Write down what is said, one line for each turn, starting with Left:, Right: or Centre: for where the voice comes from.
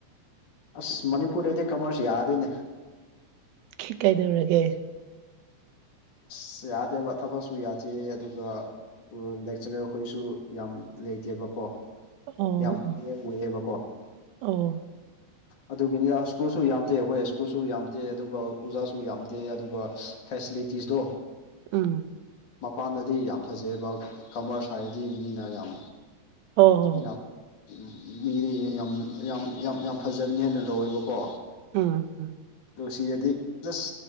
Left: ꯑꯁ ꯃꯅꯤꯄꯨꯔꯗꯗꯤ ꯀꯃ꯭ꯔꯁ ꯌꯥꯗꯦꯅꯦ
Right: ꯁꯤ ꯀꯩꯗꯧꯔꯒꯦ
Left: ꯑꯁ ꯌꯥꯗꯦꯕ ꯊꯕꯛꯁꯨ ꯌꯥꯗꯦ ꯑꯗꯨꯒ <unintelligible> ꯂꯦꯛꯆꯔꯦꯜ ꯈꯣꯏꯁꯨ ꯌꯥꯝ ꯂꯩꯇꯦꯕꯀꯣ
Right: ꯑꯣ
Left: ꯌꯥꯝ ꯀꯤꯌꯔ ꯑꯣꯏꯌꯦꯕꯀꯣ
Right: ꯑꯣ
Left: ꯑꯗꯨꯒꯤꯅꯤ ꯁ꯭ꯀꯨꯜꯁꯨ ꯌꯥꯝꯗꯦ ꯍꯣꯏ ꯁ꯭ꯀꯨꯜꯁꯨ ꯌꯥꯝꯗꯦ ꯑꯗꯨꯒ ꯑꯣꯖꯥꯁꯨ ꯌꯥꯝꯗꯦ ꯑꯗꯨꯒ ꯐꯦꯁꯤꯂꯤꯇꯤꯁ ꯗꯣ
Right: ꯎꯨꯝ
Left: ꯃꯄꯥꯟꯗꯗꯤ ꯌꯥꯝ ꯐꯖꯩꯌꯦꯕ ꯀꯃ꯭ꯔꯁ ꯍꯥꯏꯔꯗꯤ ꯃꯤꯅ ꯌꯥꯝ
Right: ꯍꯣ ꯍꯣ
Left: ꯌꯥꯝ ꯃꯤꯗꯤ ꯌꯥꯝ ꯌꯥꯝ ꯌꯥꯝ ꯌꯥꯝ ꯐꯖꯕꯅꯤ ꯍꯥꯏꯅ ꯂꯧꯋꯦꯕꯀꯣ
Right: ꯎꯝ ꯎꯨ
Left: ꯗꯨ ꯁꯤꯗꯗꯤ ꯖꯁ